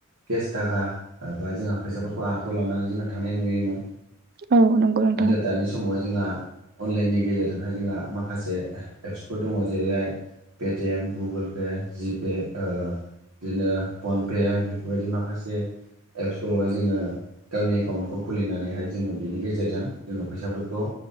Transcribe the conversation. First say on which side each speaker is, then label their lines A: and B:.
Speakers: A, on the right; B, on the right.
A: केस थाखा बा जोंहा फैसाफोरखौ आखायाव लानानै जोंहा थानाय नुयोमोन
B: औ नंगौ नोंथां
A: नाथाय दानि समावहाय जोंहा अनलाइननि गेजेरजोंहाय जोंहा माखासे एप्सफोर दङ जेरैहाय पेटिएम गुगोल पे जिपे ओ बिदिनो फनपे बेफोरबायदि माखासे एप्सफोरावहाय जोङो गावनि एकाउन्टखौ खुलिनानैहाय जोङो बेनि गेजेरजों जोङो फैसाफोरखौ